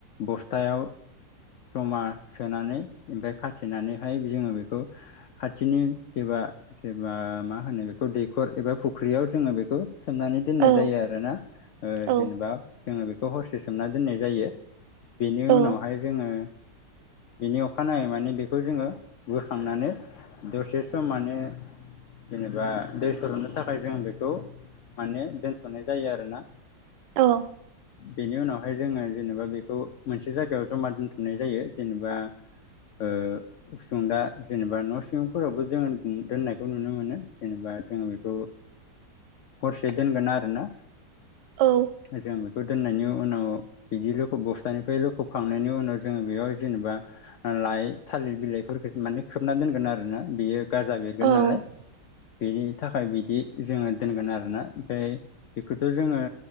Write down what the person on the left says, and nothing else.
बस्थायाव जमा सोनानै ओमफ्राय खाथिेनानैहाय जोङो बेखौ खाथिनो जेबा जेबा मा होनो बेखौ दैखर एबा फुख्रियाव जोङो बेखौ सोमनानै दोननाय
जायो आरो। आरोना
जेनेबा जोङो बेखौ हरसे सोमना दोननाय जायो बेनि
उनावहाय जोङो बिनि अखानायै माने बेखौ जोङो बोखांनानै दसे सम माने जेनेबा दै सर'नो थाखाय जों बेखौ माने दोनथ'नाय जायो आरोना
बेनि उनावहाय जोङो जेनेबा बेखौ मोनसे जायगायाव जमा दोनथुमनाय जायो जेनेबा ओ उसुंदा जेनेबा न' सिंफोरावबो जोङो दोननायखौ नुनो मोनो जेनेबा जोङो बेखौ हरसे दोनगोन आरोना
जों बेखौ दोननायनि उनाव बिदि लखब बस्तानिफ्राय लखबखांनायनि उनाव जोङो बेयाव जेनेबा लाइ थालिर बिलाइफोरखौ माने खोबना दोनगोन आरो ना बेयो गारजा बे बिरगोन
नालाय बेनि थाखाय बिदि जोङो दोनगोन आरोना ओमफाय बेखौथ' जोङो